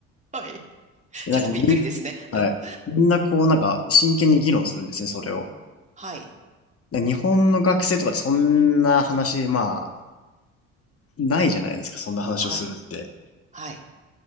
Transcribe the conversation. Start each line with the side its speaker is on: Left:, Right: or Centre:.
Right: はい。<laughs>
Left: で、
Right: ちょっとびっくりですね。
Left: なんかもうみ、はい。
Right: うん。
Left: みんなこうなんか真剣に議論するんですね、それを。
Right: はい、
Left: で日本の学生とかでそんな話、まないじゃないですか、そんな話をするって。
Right: はい、はい。